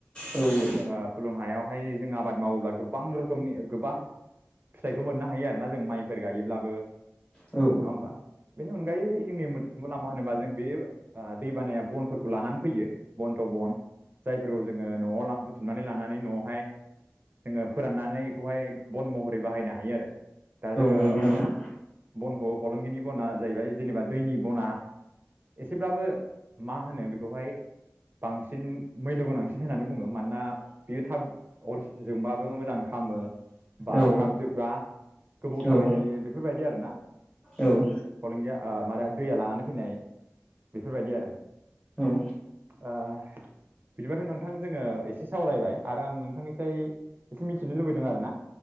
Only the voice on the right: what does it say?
जोङो फुलुं हायावहाय जों आबाद मावोब्ला गोबां रोखोमनि गोबां फिथाइखौ मोननो हायो आरोना जों माइफोर गायोब्लाबो
नङा होमबा बेनि अनगायै जोंनि मुलाम्फा होनोबा जों बे दै बानाया बनफोरखौ लानानै फैयो बन्थ' बन जायफोरखौ जोङो न'आव बुथुमनानै लानानै न'आवहाय जोङो फोराननानै बेखौहाय बन महरै बाहायनो हायो आरो दा जोङो
बनखौ हलंगिनि बना जाहैबाय जेनेबा दैनि बना एसेब्लाबो मा होनो बेखौहाय बांसिन मैल्य गोनांसिन होननानै बुङो मानोना बेयो थाब अर जोंबाबो मोजां खालामामो बा
थाब जोबबा गोबौ थाबाय
थायो बेफोरबायदि आरोना
प्रब्लेम गैया माबा दैया लानानै फैनाय बेफोरबायदि आरो
ओ बिदिबाथ' नोंथां जोङो एसे सावरायबाय आरो आं नोंथांनिफ्राय एसे मिथिनो लुबैदों आरोना